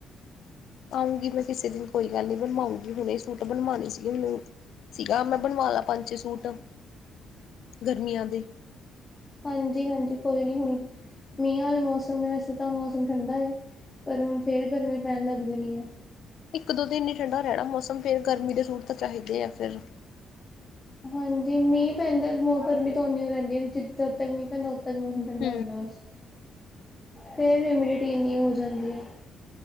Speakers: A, on the left; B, on the left.
A: ਆਊਗੀ ਮੈਂ ਕਿਸੇ ਦਿਨ ਕੋਈ ਗੱਲ ਨੀ ਬਣਵਾਉਂਗੀ, ਹੁਣੇ ਈ ਸੂਟ ਬਣਵਾਨੇ ਸੀਗੇ ਮੀਨੂੰ ਸੀਗਾ, ਮੈਂ ਬਣਵਾ ਲਾ ਪੰਜ, ਛੇ ਸੂਟ ਗਰਮੀਆਂ ਦੇ
B: ਹਾਜੀ- ਹਾਜੀ, ਕੋਈ ਨੀ ਹੁਣ ਮੀਹਾਂ ਵਾਲੇ ਮੌਸਮ ਨੇ, ਵੈਸੇ ਤਾਂ ਹੁਣ ਮੌਸਮ ਠੰਡਾ ਏ, ਪਰ ਹੁਣ ਫੇਰ ਗਰਮੀ ਪੈਣ ਲੱਗ ਜਾਣੀ ਐ।
A: ਇੱਕ ਦੋ ਦਿਨ ਹੀ ਠੰਡਾ ਰਹਿਣਾ ਮੌਸਮ, ਫੇਰ ਗਰਮੀ ਦੇ ਸੂਟ ਤਾਂ ਚਾਹੀਦੇ ਆ ਫਿਰ
B: ਹਾਜੀ ਮੀਂਹ ਪੈਂਦਾ ਮੋ ਗਰਮੀ ਤਾਂ ਓਨੀਓ ਰਹਿੰਦੀ ਐ, ਜਿੱਦੋਂ ਤੱਕ ਮੀਂਹ ਪੈਂਦਾ ਉਦੋਂ ਤੱਕ ਮੋਸਮ ਠੰਡਾ
A: ਹੂੰ,
B: ਹੁੰਦਾ ਬਸ, ਫੇਰ ਹਿਮਿਊਡਿਟੀ ਇੰਨੀ ਹੋ ਜਾਂਦੀ ਆ